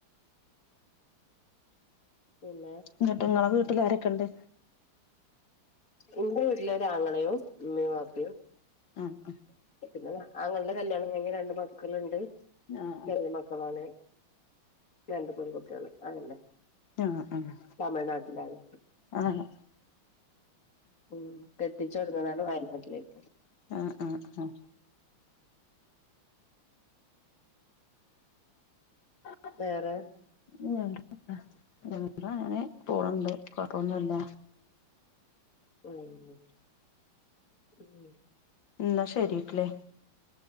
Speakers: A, on the left; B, on the left.
A: പിന്നെ
B: ഇന്നെട്ട് ഇങ്ങളെ വീട്ടിലാരെക്കെണ്ട്?
A: ഇന്റെ വീട്ടില് ഒരാങ്ങളെയും ഇമ്മേം വാപ്പയും
B: ആഹ്
A: പിന്നെന്താ ആങ്ങളുടെ കല്യാണം കഴിഞ്ഞ് രണ്ട് മക്കള്ണ്ട്.
B: ആഹ്
A: ചെറ്യേ മക്കളാണ് രണ്ട് പെൺകുട്ട്യേള് അതന്നെ.
B: ആഹ് ആഹ്
A: തമിഴ്നാട്ടിലാണ്
B: അതാണ്
A: ഉം കെട്ടിച്ചോട്ന്നതാണ് വയനാട്ടിലേക്ക്
B: ആഹ് ആഹ് ഉം ഉം
A: വേറെ
B: ഇങ്ങള്ക്കെത്താ ഞങ്ങള് അങ്ങനെ പോണ് ഇണ്ട് കൊഴപ്പൊന്നുല്ല
A: <unintelligible> ഉം
B: എന്നാ ശെരിട്ട്ലേ